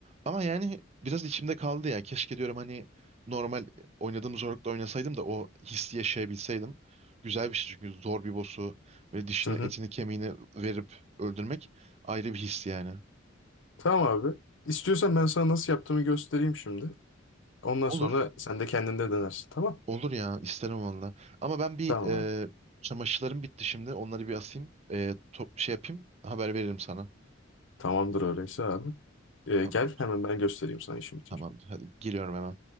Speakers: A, on the right; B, on the left.
A: Ama yani biraz içimde kaldı ya. Keşke diyorum hani normal oynadığım zorlukta oynasaydım da o hissi yaşayabilseydim. Güzel bir şey çünkü zor bir boss'u böyle dişini
B: Hı hı.
A: etini kemiğini verip öldürmek ayrı bir his yani.
B: Tamam abi. İstiyorsan ben sana nasıl yaptığımı göstereyim şimdi. Ondan
A: Olur.
B: sonra sen de kendinde denersin. Tamam.
A: Olur ya isterim valla. Ama ben bir
B: Tamam.
A: e, çamaşırlarım bitti şimdi. Onları bir asayım. E, top, şey yapayım. Haber veririm sana.
B: Tamamdır öyleyse abi. Ee,
A: Tamamdır.
B: gel hemen ben göstereyim sana işim bitince.
A: Tamamdır. Hadi giriyorum hemen.